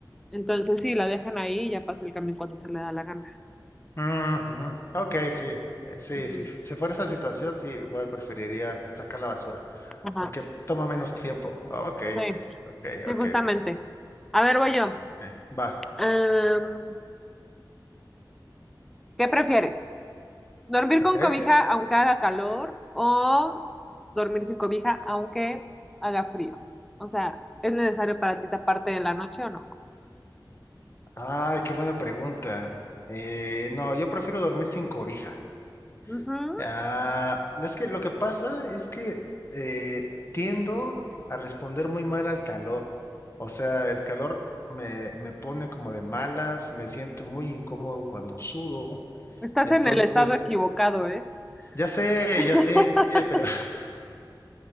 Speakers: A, in the centre; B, on the left.
A: Entonces sí, la dejan ahí y ya pasa el camión cuando se le da la gana.
B: Mm, ujú. Ok, sí. Eh, Sí,
A: Ujú.
B: sí. Si fuera esa situación, sí, igual preferiría sacar la basura,
A: Ajá,
B: porque toma menos tiempo. Ok,
A: sí,
B: ok,
A: sí,
B: ok,
A: justamente.
B: ok.
A: A ver, voy yo.
B: Sí, Va.
A: Am, ¿qué prefieres? Dormir con
B: Ok.
A: cobija aunque haga calor o dormir sin cobija aunque haga frío. O sea, ¿es necesario para ti taparte de la noche o no?
B: Ay, qué buena pregunta. Eh, no, yo prefiero dormir sin cobija.
A: Ujú.
B: Ah, es que lo que pasa es que eh, tiendo a responder muy mal al calor. O sea, el calor me, me pone como de malas, me siento muy incómodo cuando sudo.
A: Estás
B: Entonces,
A: en el estado equivocado, ¿eh?
B: ya sé,
A: <laughs>
B: ya sé, pero